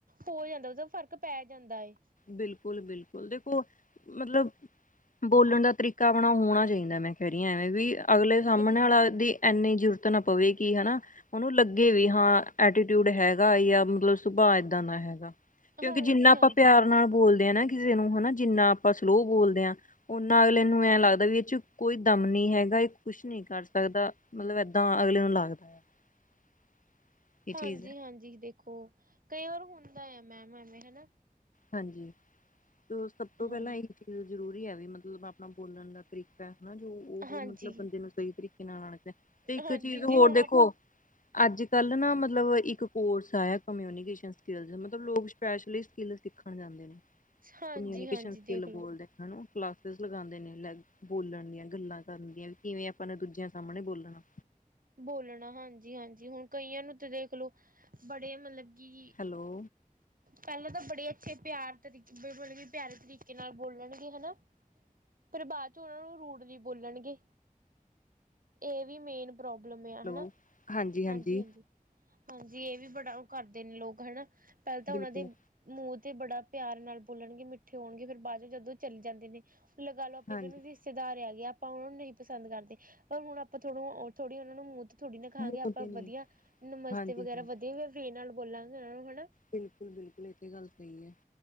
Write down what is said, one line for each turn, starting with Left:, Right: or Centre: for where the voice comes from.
Right: ਹੋ ਜਾਂਦਾ ਉਹਦਾ ਫ਼ਰਕ ਪੈ ਜਾਂਦਾ ਐ।
Left: ਬਿਲਕੁਲ-ਬਿਲਕੁਲ ਦੇਖੋ, ਮਤਲਬ। ਬੋਲਣ ਦਾ ਤਰੀਕਾ ਆਪਣਾ ਹੋਣਾ ਚਾਹੀਦਾ ਮੈਂ ਕਹਿ ਰੀ ਆ ਐਵੇਂ ਵੀ ਅਗਲੇ ਸਾਹਮਣੇ
Right: ਵਧੀਆ
Left: ਵਾਲਾ ਵੀ। ਇੰਨੀ ਜ਼ਰੂਰਤ ਨਾ ਪਵੇ ਕਿ ਹਨਾ। ਉਹਨੂੰ ਲੱਗੇ ਵੀ ਹਾਂ ਐਟੀਟਿਊਡ ਹੈਗਾ ਜਾਂ ਮਤਲਬ ਸੁਭਾਅ। ਏਦਾਂ ਦਾ ਹੈਗਾ, ਕਿਉਂਕਿ
Right: ਹਾਂਜੀ
Left: ਜਿੰਨਾ ਆਪਾਂ
Right: ਹਾਂਜੀ
Left: ਪਿਆਰ ਨਾਲ ਬੋਲਦੇ ਆ ਨਾ। ਕਿਸੇ ਨੂੰ ਹਨਾ ਜਿੰਨਾ ਆਪਾਂ ਸਲੋਅ ਬੋਲਦੇ ਆ, ਉਨਾ ਅਗਲੇ
Right: ਹੂੰ
Left: ਨੂੰ
Right: ਹੂੰ
Left: ਐਂ ਲੱਗਦਾ ਵੀ ਇਹ ਚ ਕੋਈ ਦਮ ਨੀ ਹੈਗਾ ਇਹ ਕੁਛ ਨੀ ਕਰ ਸਕਦਾ, ਮਤਲਬ ਏਦਾਂ ਅਗਲੇ ਨੂੰ ਲੱਗਦਾ। <inaudible> ਇਹ ਚੀਜ਼
Right: ਹਾਂਜੀ-ਹਾਂਜੀ
Left: ਹੈ
Right: ਦੇਖੋ, ਕਈ ਵਾਰ ਹੁੰਦਾ ਆ ਮੈਮ ਐਵੇਂ ਹਨਾ।
Left: ਹਾਂਜੀ, ਸਭ ਤੋਂ ਪਹਿਲਾਂ
Right: ਹਾਂਜੀ
Left: ਇਹੀ ਚੀਜ਼ ਜ਼ਰੂਰੀ ਐ ਵੀ ਮਤਲਬ ਆਪਣਾ ਬੋਲਣ ਦਾ ਤਰੀਕਾ। ਹਨਾ ਜੋ ਉਹ
Right: ਹਾਂਜੀ
Left: ਮਤਲਬ ਬੰਦੇ ਨੂੰ ਸਹੀ ਤਰੀਕੇ ਨਾਲ ਆਣਾ ਚਾਹੀਦਾ ਤੇ ਇੱਕ
Right: ਹਾਂਜੀ
Left: ਚੀਜ਼ ਹੋਰ
Right: ਜੀ ਹੁਣ
Left: ਦੇਖੋ।
Right: ਆਪ
Left: ਅੱਜ-ਕੱਲ੍ਹ ਨਾ ਮਤਲਬ ਇੱਕ ਕੋਰਸ ਆਇਆ ਕਮਿਊਨੀਕੇਸ਼ਨ ਸਕੀਲ ਮਤਲਬ ਲੋਕ ਸਪੈਸ਼ਲੀ ਸਕੀਲ ਖਣ ਜਾਂਦੇ ਨੇ,
Right: ਹਾਂਜੀ
Left: ਕਮਿਊਨੀਕੇਸ਼ਨ
Right: ਹਾਂਜੀ
Left: ਸਕਿਨ
Right: ਦੇਖਲੋ
Left: ਬੋਲਦਾ। ਹਨਾ ਕਲਾਸਿਸ ਲਗਾਉਂਦੇ ਨੇ ਲੈ ਬੋਲਣ ਦੀਆਂ ਗੱਲਾਂ ਕਰਨ ਦੀਆਂ ਵੀ ਕਿਵੇਂ ਆਪਾਂ ਨੇ ਦੂਜਿਆਂ ਸਾਹਮਣੇ ਬੋਲਣਾ।
Right: ਬੋਲਣਾ ਹਾਂਜੀ-ਹਾਂਜੀ ਹੁਣ ਕਈਆਂ ਨੂੰ ਤਾਂ ਦੇਖ ਲਓ ਬੜੇ ਮਤਲਬ। ਕਿ
Left: ਹੈਲੋ।
Right: ਪਹਿਲਾਂ ਤਾਂ ਬੜੇ ਅੱਛੇ ਪਿਆਰ ਤਰੀਕੇ ਮਤਲਬ ਕਿ ਪਿਆਰੇ ਤਰੀਕੇ ਨਾਲ ਬੋਲਣਗੇ ਹਨਾ। ਪਰ ਬਾਅਦ ਚ ਉਹਨਾਂ ਨੂੰ ਰੂੜਲੀ ਬੋਲਣਗੇ ਇਹ ਵੀ ਮੇਨ। ਪ੍ਰੋਬਲਮ
Left: ਹੈਲੋ
Right: ਆ ਹਨਾ
Left: ਹਾਂਜੀ ਹਾਂਜੀ
Right: ਹਾਂਜੀ-ਹਾਂਜੀ। ਹਾਂਜੀ ਇਹ ਵੀ ਬੜਾ ਉਹ ਕਰਦੇ ਨੇ ਲੋਕ ਹਨਾ ਪਹਿਲਾਂ ਤਾਂ
Left: ਬਿਲਕੁਲ
Right: ਉਹਨਾਂ ਦੇ ਮੂੰਹ ਤੇ ਬੜਾ ਪਿਆਰ ਨਾਲ ਬੋਲਣਗੇ ਮਿੱਠੇ ਹੋਣਗੇ ਫੇਰ ਬਾਅਦ ਚੋਂ ਜਦੋਂ ਚਲੇ ਜਾਂਦੇ ਨੇ। ਲਗਾ ਲੋ ਆਪਣੇ
Left: ਹਾਂਜੀ
Right: ਜਿਸ ਸਿਧਾਰਿਆ ਗਯਾ ਆਪਾਂ ਓਨਾਂ ਨੂੰ ਨਈਂ ਪਸੰਦ ਕਰਦੇ ਪਰ ਹੁਣ, ਆਪਾਂ ਥੋੜ੍ਹੀ-ਥੋੜ੍ਹੀ ਓਨਾਂ ਨੂੰ ਮੂੰਹ ਥੋੜੀ ਨਾ ਖਾਗੇ,
Left: ਮੂੰਹ
Right: ਆਪਾਂ
Left: ਤੇ ਨੀ
Right: ਵਧੀਆ ਨਮਸਤੇ
Left: ਹਾਂਜੀ
Right: ਵਗੈਰਾ
Left: ਹਾਂਜੀ
Right: ਵਧੀਆ ਵ ਨਾਲ ਬੋਲਾਂਗੇ ਓਨਾਂ ਨੂੰ, ਹੈਂਨਾ।
Left: ਬਿਲਕੁਲ-ਬਿਲਕੁਲ, ਐ ਤੇ ਗੱਲ ਸਈ ਐ।